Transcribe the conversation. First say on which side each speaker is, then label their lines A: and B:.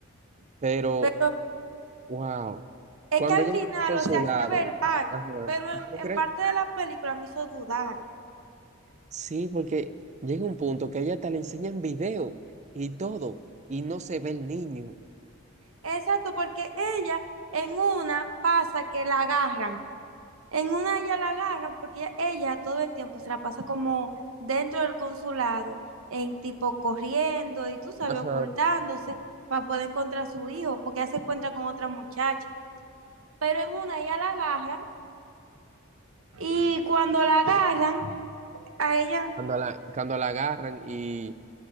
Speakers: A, on the right; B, on the right.
A: pero,
B: pero
A: wow,
B: es
A: cuando
B: que al
A: ella
B: final,
A: está con
B: o
A: su
B: sea,
A: lado,
B: sí es verdad,
A: ajá,
B: pero en,
A: ¿tú
B: en
A: crees?
B: parte de la película me hizo dudar.
A: Sí, porque llega un punto que a ella hasta le enseñan video y todo, y no se ve el niño.
B: Exacto, porque ella en una pasa que la agarran En una ella la agarran porque ella, ella todo el tiempo se la pasa como dentro del consulado, en tipo corriendo y tú sabes,
A: Ajá,
B: ocultándose para poder encontrar a su hijo, porque ella se encuentra con otra muchacha. Pero en una ella la agarran y cuando la agarran, a ella
A: cuando la, cuando la agarran y,